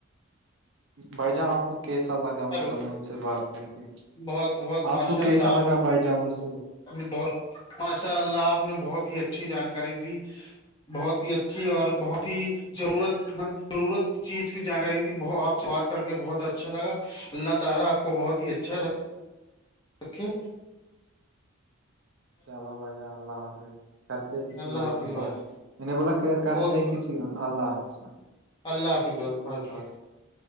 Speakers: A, on the right; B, on the left.
A: بھائی جان آپ کو کیسا لگا
B: ہیلو
A: مطلب مجھ سے بات کر کے
B: بہت بہت
A: آپ
B: ماشاء
A: کو
B: اللہ
A: کیسا لگا بائی جامجو
B: آپ بہت ماشاء اللہ آپ نے بہت ہی اچھی جانکاری دی بہت ہی اچھی اور بہت ہی ضرورت م ضرورت چیز کی جانکاری دی آ سے بات کر کے بہت اچھا لا اللہ تعالا آپ کو بہت ہی اچھا
A: <unintelligible>
B: اوکے
A: چلو بھائی جان اللہ حافظ کرتے ہیں کسی
B: اللہ
A: اور
B: حافظ
A: دن بعد
B: بھائی
A: میں نے بولا کرتے
B: اوکے
A: ہیں کسی اور اللہ حافظ میں
B: اللہ حافظ اللہ حننظ